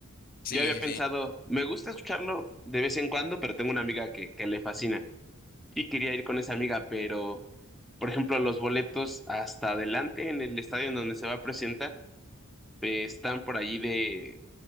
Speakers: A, on the left (about 40°); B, in the centre.
A: Sí,
B: Yo había
A: sí,
B: pensado,
A: sí.
B: me gusta escucharlo de vez en cuando, pero tengo una amiga que, que le fascina y quería ir con esa amiga, pero, por ejemplo, los boletos hasta adelante en el estadio en donde se va a presentar eh, están por allí de